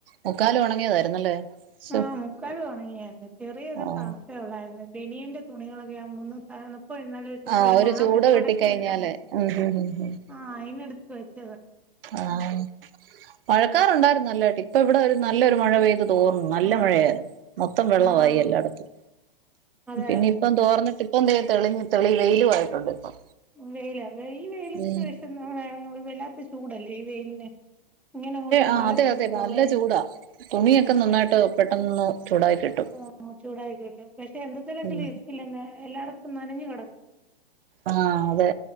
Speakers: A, on the right; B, in the centre.
A: മുക്കാലും ഒണങ്ങിയതായിരുന്നല്ലേ ശോ
B: ആഹ് മുക്കാലും ഉണങ്ങിയായിരുന്നു ചെറിയൊരു
A: ആഹ്
B: തണു ട്ടോ ഉള്ളായിരുന്നു ബനിയന്റെ തുണികളെക്കെ ആകുമ്പോന്ന് തണുപ്പ്‌ കഴിഞ്ഞാൽ ച്ച് ചിലപ്പം
A: ആഹ്
B: ഒരു മണം
A: ചൂട്
B: മടക്കി
A: കിട്ടിക്കഴിഞ്ഞാല്
B: വെക്കാൻ പറ്റത്തില്ല
A: ഉം ഉം ഉം ഉം
B: ആഹ് അയിന്ടുത്ത് വെച്ചത
A: ആഹ് മഴക്കാറുണ്ടായിരുന്നു നല്ലായിട്ട് ഇപ്പ ഇവിടെ ര് നല്ലൊരു മഴ പെയ്തു തോർന്ന് നല്ല
B: ആഹ്
A: മഴയായിരുന്നു മൊത്തം വെള്ളവായി
B: ആഹ്
A: എല്ലായിടത്തും
B: അതെ
A: പിന്നെ ഇപ്പം തോർന്നിട്ട് ഇപ്പൊ ദേ തെളിഞ്ഞ തെളി വെയിലു ആയിട്ടുണ്ട് ഇപ്പം
B: വെയില ഈ വെയിലത്ത്
A: ഉം
B: വിഷ വല്ലാത്ത ചൂടല്ലേ ഈ വെയിലിന് ഇങ്ങനെ അങ്ങോട്ട്
A: ആഹ്
B: മഴ
A: അതെ
B: പെയ്തിട്ടുള്ള
A: അതെ നല്ല
B: തേന്
A: ചൂടാ തുണിയൊക്കെ
B: ഉം
A: നന്നായിട്ട്
B: പക്ഷെ
A: പെട്ടെന്ന് ചൂടായി കിട്ടും
B: ആഹ് ചൂടായിക്കിട്ടും പക്ഷെ എന്തത്തിലേങ്കില്
A: ഉം
B: ഇല്ല ന്നേ എല്ലായിടത്തും നനഞ്ഞു കടക
A: ആഹ് അതെ